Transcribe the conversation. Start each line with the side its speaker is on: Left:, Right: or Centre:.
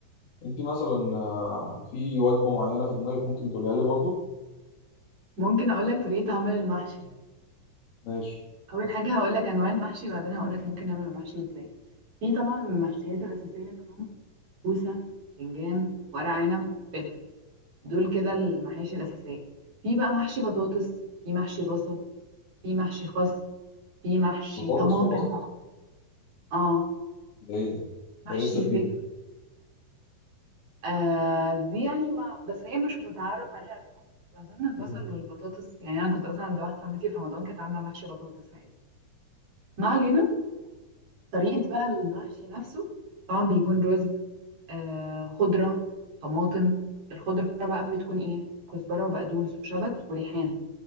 Left: انت مثلا آه، في وجبه معينه في دماغك ممكن تقولها لي برضو
Right: ممكن أقولك طريقة عمل المحشي
Left: ماشي
Right: أول حاجة هقولك أنواع المحشي بعدين هقولك ممكن نعمل المحشي إزاي في طبعا المحشيات الأساسية كرنب كوسة باذنجان ورق عنب فلفل دول
Left: مم.
Right: كده المحاشي الأساسية في بقى محشي بطاطس في محشي بصل في محشي خس في محشي
Left: بطاطس
Right: طماطم
Left: وبصل
Right: اه
Left: ده ايه ده
Right: محشي
Left: ده لسه جديد
Right: فجل آه دي يعني ما بس هي مش متعارف عليها قوي في مصر أظن البصل
Left: مم.
Right: والبطاطس يعني أنا كنت أصلا عند واحدة صاحبتي في رمضان كانت عاملة محشي بطاطس عادي ما علينا طريقة بقى المحشي نفسه طبعا بيكون رز آه خضرة طماطم الخضرة بقى بتكون إيه كزبرة وبقدونس وشبت وريحان